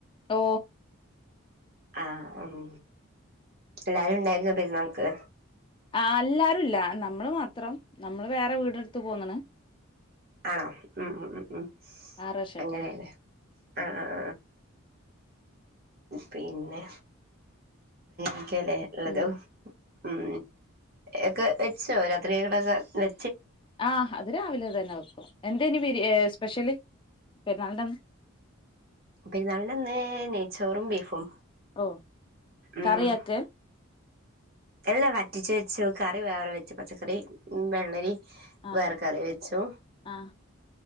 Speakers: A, on the left (about 25°); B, on the right (about 45°).
A: ഓ
B: ആ ഉം എല്ലാരും ഇണ്ടായിരുന്നോ പെരുന്നാക്ക്
A: ആ എല്ലാരും ഇല്ല നമ്മള് മാത്രം നമ്മള് വേറെ വീടെടുത്ത് പോന്നണ്
B: ആണോ ഉം ഉം ഉം ഉം
A: ആറ് വർഷൊക്കെ
B: അങ്ങനെല്ലെ
A: ആയി
B: ആ ആ പിന്നെ ഒക്കല്ലേ ഇള്ളത്
A: ഉം
B: ഉം എക്കെ വെച്ചോ രാത്രിയക്കടൊക്കെ വെ
A: ആ അത് രാവിലെ തന്നെ വെക്കും എന്തേന് പിരി സ്പെഷ്യല് പെരുന്നാളിൻ്റ അന്ന്
B: പെരുന്നാളന്ന് നെയ്ച്ചോറും ബീഫും
A: ഓ
B: ഉം
A: കറിയൊക്കെ
B: എല്ലാം വറ്റിച്ച് വെച്ചു കറി വേറെ വെച്ചു പച്ചക്കറി വെള്ളരി
A: ആഹ്
B: വേറെ കറി വെച്ചു
A: ആഹ്